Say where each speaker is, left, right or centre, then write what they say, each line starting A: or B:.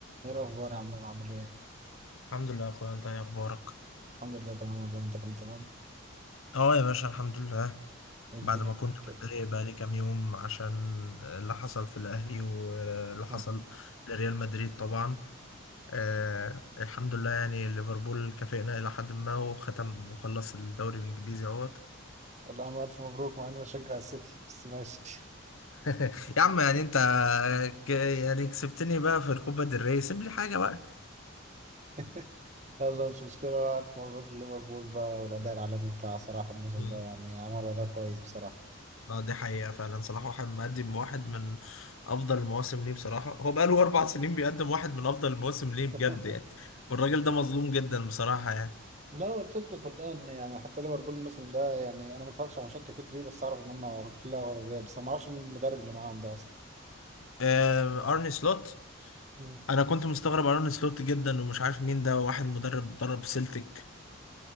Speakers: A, on the right (about 35°); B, on the left (about 75°).
A: ايه الاخبار يا عم عامل ايه
B: الحمد لله يا اخويا انت ايه اخبارك
A: الحمد لله تمام والله انت كنت تمام
B: اه يا باشا الحمد لله
A: ايه الدنيا
B: بعد ما
A: معاك
B: كنت
A: كده
B: متضايق بقالي كام يوم عشان اللي حصل في الاهلي واللي حصل
A: مم.
B: لريال مدريد طبعا آه الحمد لله يعني ليفربول كافئنا الى حد ما وختم وخلص الدوري الانجليزي اهوت
A: والله عم الف مبروك مع اني بشجع السيتي بس ماشي
B: <laughs> يا عم يعني انت ك- يعني كسبتني بقى في الكوبا del ري سيب لي حاجه بقى
A: <laughs> يلا مش مشكله بقى الف مبروك لليفربول بقى والاداء العالمي بتاع صلاح الموسم
B: <laughs>
A: ده يعني عملوا اداء كويس بصراحه
B: لا دي حقيقة فعلا صلاح واحد مقدم واحد من أفضل المواسم ليه بصراحة هو بقاله أربع سنين بيقدم واحد من أفضل المواسم ليه بجد
A: <laughs>
B: يعني والراجل ده مظلوم جدا بصراحة يعني
A: لا هو الفكرة كلها إن يعني حتى ليفربول الموسم ده يعني أنا ما اتفرجش على ماتشات كتير ليه بس أعرف إن هم كلها أوروبية بس ما أعرفش مين المدرب اللي معاهم ده أصلا
B: آه أرني سلوت
A: مم.
B: أنا كنت مستغرب أرني سلوت جدا ومش عارف مين ده واحد مدرب درب سيلتيك